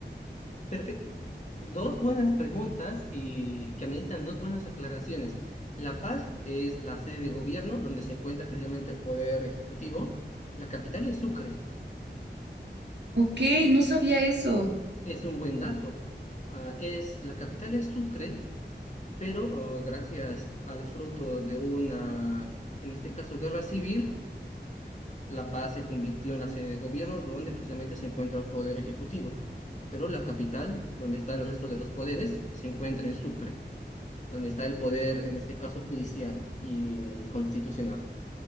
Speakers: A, on the left; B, on the right.
A: Perfecto. Dos buenas preguntas y que ameritan dos buenas aclaraciones. La Paz es la sede de gobierno donde se encuentra precisamente el poder ejecutivo. La capital es Sucre.
B: Ok, no sabía eso.
A: Es un buen dato. Ah, es, la capital es Sucre, pero ah, gracias al fruto de una, en este caso, guerra civil, La Paz se convirtió en la sede de gobierno donde precisamente se encuentra el poder ejecutivo. Pero la capital, donde está el resto de los poderes, se encuentra en Sucre. donde está el poder, en este caso judicial y mm, constitucional.